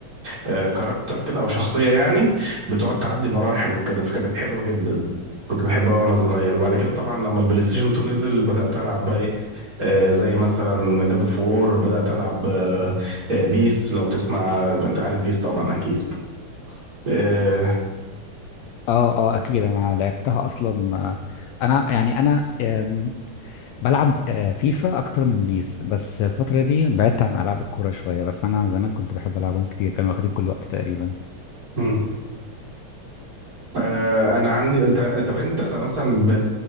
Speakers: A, on the right; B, on the left.
A: آه، كاركتر كده او شخصيه يعني بتقعد تعدي مراحل وكده فكانت حلوه جدا كنت بحبها وانا صغير وبعد كده طبعا لما البلاي ستيشن 2 نزل بدات العب بقى ايه آه، زي مثلا جاد اوف وور بدات العب آه، آه، بيس لو تسمع انت عارف بيس طبعا اكيد اه,
B: اه آه، اكيد انا لعبتها اصلا آه، انا يعني انا آم، بلعب آه، فيفا اكتر من بيس بس الفترة دي بعدت عن العاب الكورة شوية بس انا زمان كنت بحب العبهم كتير كانوا واخدين كل وقت تقريبا
A: آه. آه، انا عندي انت طب انت لأ مثلا ب...